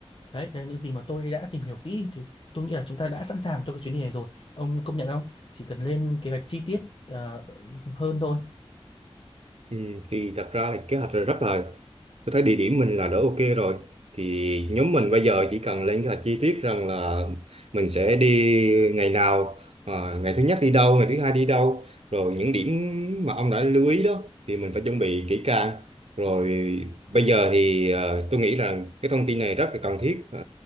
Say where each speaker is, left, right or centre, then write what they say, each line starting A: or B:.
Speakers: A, on the left (about 55°); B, on the right (about 80°).
A: Đấy, đấy là những gì mà tôi đã tìm hiểu kỹ thì tôi nghĩ là chúng ta đã sẵn sàng cho cái chuyến đi này rồi. Ông công nhận không? Chỉ cần lên kế hoạch chi tiết ờ, hơn thôi.
B: Ừ, thì thật ra là kế hoạch là rất là Tôi thấy địa điểm mình là đỡ ok rồi. Thì nhóm mình bây giờ chỉ cần lên kế hoạch chi tiết rằng là mình sẽ đi ngày nào, à, ngày thứ nhất đi đâu, ngày thứ hai đi đâu. Rồi những điểm mà ông đã lưu ý đó thì mình phải chuẩn bị kỹ càng. Rồi bây giờ thì à, tôi nghĩ là cái thông tin này rất là cần thiết. À,